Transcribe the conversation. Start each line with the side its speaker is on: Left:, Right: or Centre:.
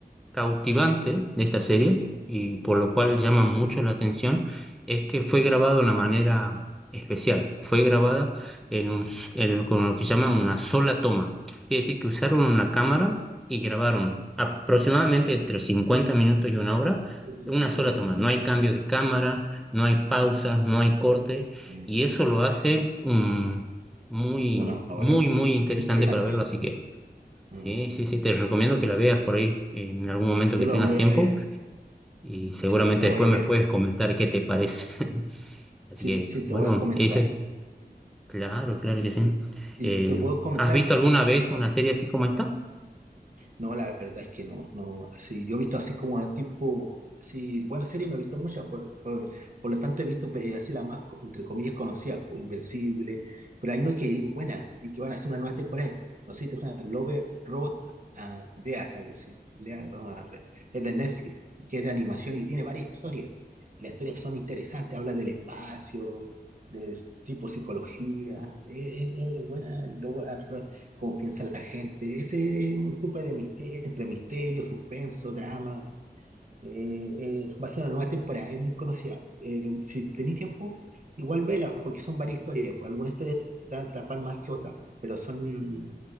Centre: cautivante de esta serie y por lo cual llama mucho la atención es que fue grabado de una manera especial. Fue grabada en un, s- en- con lo que llaman una sola toma. Quiere decir que usaron una cámara
Right: Mm,
Centre: y grabaron aproximadamente entre 50 minutos y una hora
Right: mm,
Centre: en una sola toma.
Right: mucho.
Centre: No hay cambio de cámara, no hay pausas, no hay corte
Right: Mm,
Centre: y eso lo hace mm, muy,
Right: Una hora.
Centre: muy, muy interesante
Right: Interesante.
Centre: para verlo. Así que
Right: Mm,
Centre: Sí, sí, sí, te recomiendo que la
Right: Sí,
Centre: veas por ahí en algún momento
Right: yo
Centre: que
Right: la
Centre: tengas
Right: voy
Centre: tiempo
Right: a ver.
Centre: y seguramente
Right: Sí, la
Centre: después
Right: voy a
Centre: me
Right: ver.
Centre: puedes comentar qué te parece. <laughs> Así
Right: Sí,
Centre: que,
Right: sí, te
Centre: bueno,
Right: voy a comentar.
Centre: ese,
Right: Sí,
Centre: claro, claro que sí.
Right: sí. Y
Centre: Eh,
Right: te puedo comentar
Centre: ¿has visto alguna vez
Right: una.
Centre: una serie así como esta?
Right: No, la verdad es que no, no, así, yo he visto así como al tipo, así, bueno series no he visto muchas, por, por, por lo tanto he visto eh, así la más, co- entre comillas, conocida, pues, Invencible, pero hay una que es buena y que van a hacer una nueva temporada, no sé si te suena, Love, Robot and Death, algo así, Death, Robot Re- es de Netflix, y que es de animación y tiene varias historias, y las historias son interesantes, habla del espacio, de tipo psicología, es, es- es buena, cómo piensa la gente. Ese es un tipo de misterio, entre misterio, suspenso, drama. Eh, eh, va a ser una nueva temporada, es muy conocida. Eh, si tenéis tiempo, igual vela, porque son varias historias. Pues, algunas historias te te van a atrapar más que otras, pero son